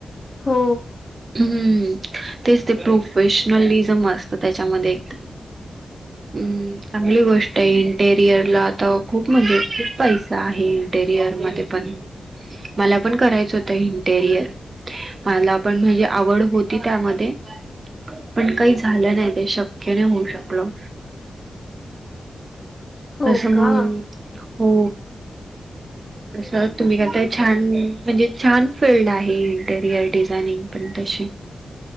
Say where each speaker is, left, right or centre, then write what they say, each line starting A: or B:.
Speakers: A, on the left (about 35°); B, on the right (about 50°).
A: हो
B: हम् तेच ते प्रोफेशनलिझम असतं त्याच्यामध्ये एकदम. हम् चांगली गोष्ट आहे इंटेरियरला आता. खूप म्हणजे खूप पैसा आहे इंटेरियर मध्ये पण मला पण करायचं होतं इंटेरियर. मला पण म्हणजे आवड होती त्यामध्ये पण काही झालं नाही ते शक्य नाही होऊ शकलं.
A: हो
B: तसं
A: का
B: मग हो तसं तुम्ही करताय छान म्हणजे छान फिल्ड आहे इंटेरियर डिझायनिंग. पण तसे